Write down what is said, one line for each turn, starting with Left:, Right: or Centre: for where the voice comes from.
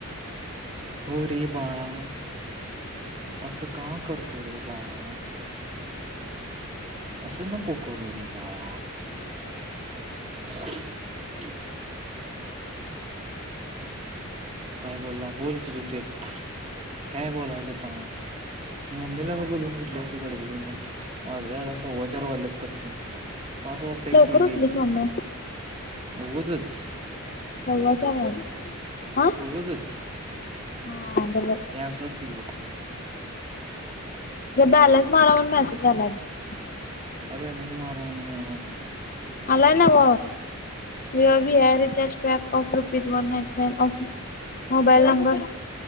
Right: हो रे बाळा. असं का करतो रे बाळा? असं नको करू रे, बाळा. <inaudible> काय बोलला, बोल तुझं तू एकटा. काय बोलायचं आता. मम्मीला का बोलवून घेतल्यास तू गडबडीने? <unintelligible> वाजल्यात अ सव्वाचार वाजल्यात कच्चून. पाच वाजता एक
Left: लवकर
Right: ठीकय
Left: उठलीस
Right: की,
Left: मम्मे
Right: उगचच
Left: सव्वा चार वाजले. हा
Right: उगचच
Left: हा बरोबर
Right: हे असं असतय <unintelligible>
Left: तुझं बॅलन्स मारा म्हणून, मेसेज आलाय बघ.
Right: <unintelligible>
Left: आलाय नव, your V I recharge pack of rupees one ninety <unintelligible> mobile number